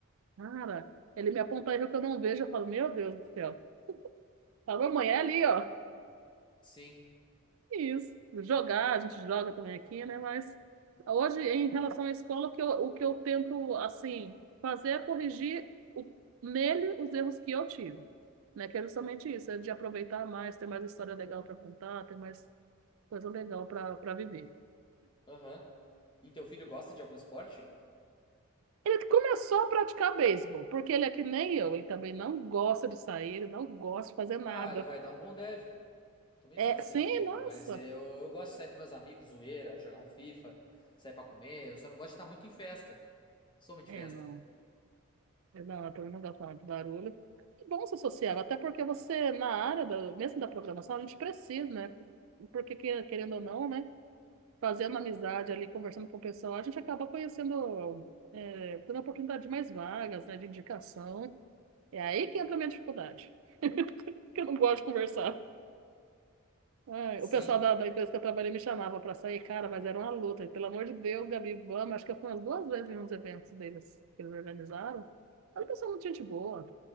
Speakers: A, on the right; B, on the left.
A: Cara, ele me aponta erro que eu não vejo, eu falo, meu Deus do céu. Fala, mamãe, é ali, ó.
B: Sim.
A: Isso. Jogar, a gente joga também aqui, né? Mas hoje, em relação à escola, o que eu, o que eu tento, assim, fazer é corrigir o- nele os erros que eu tive, né? Que é justamente isso, é de aproveitar mais, ter mais história legal para contar, ter mais coisa legal para para viver.
B: Aham. E teu filho gosta de algum esporte?
A: Ele começou a praticar beisebol, porque ele é que nem eu, ele também não gosta de sair, ele não gosta de fazer nada.
B: Ah, ele vai dar um bom deve. Eu Também
A: É,
B: sou assim
A: sim,
B: um pouco,
A: nossa.
B: mas eu, eu gosto de sair com meus amigos, zoeira, jogar um FIFA, sair pra comer. Eu só não gosto de estar muito em festa. Não sou muito
A: É,
B: de festa.
A: não. Não, eu também não gosto nada de barulho. É bom ser social, até porque você, na área, da- mesmo da programação, a gente precisa, né? Porque, que- querendo ou não, né? Fazendo amizade ali, conversando com o pessoal, a gente acaba conhecendo, é, tendo a oportunidade de mais vagas, né? De indicação. É aí que entra a minha dificuldade, <laughs> porque eu não gosto de conversar. Ai,
B: Sim,
A: o pessoal da, da empresa que eu trabalhei me chamava para sair, cara, mas era uma luta. E, Pelo amor de Deus, Gabi, vamos. Acho que eu fui umas duas vezes em uns eventos deles que eles organizaram. Era um pessoal é muito gente boa.